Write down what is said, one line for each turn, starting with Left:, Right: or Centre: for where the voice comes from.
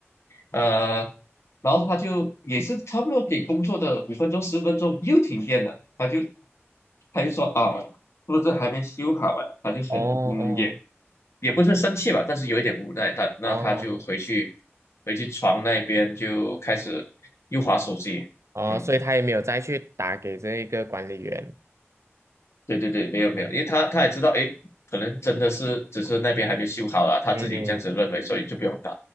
Left: 呃，然后他就也是差不多给工作的五分钟十分钟又停电了，他就他就说啊，是不是还没修好啊？他就很嗯也。
Right: 哦哦
Left: 也不是生气吧，但是有一点无奈。他那他就回去
Right: 哦
Left: 回去床那边就开始又划手机。
Right: 哦，
Left: 嗯，
Right: 所以他也没有再去打给这一个管理员。
Left: 对对对，没有没有，
Right: 嗯
Left: 因为他他也知道，诶，可能真的是只是那边还没修好了，他自己这样子认为，
Right: 嗯
Left: 所以就不用打。